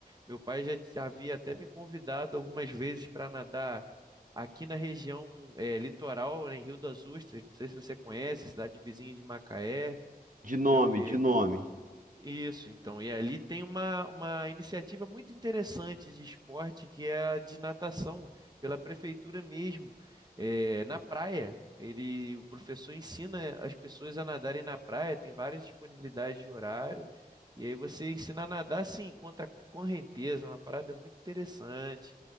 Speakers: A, on the right; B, on the right.
A: Meu pai já t- havia até me convidado algumas vezes para nadar aqui na região é, litoral, né, em Rio das Ostras. Não sei se você conhece, cidade vizinha de Macaé,
B: De nome,
A: entendeu?
B: de nome.
A: Isso, então. E ali tem uma, uma iniciativa muito interessante de esporte, que é a de natação, pela prefeitura mesmo. É, na praia, ele, o professor ensina as pessoas a nadarem na praia, tem várias disponibilidades de horário, e aí você ensina a nadar assim, contra a correnteza, uma parada muito interessante.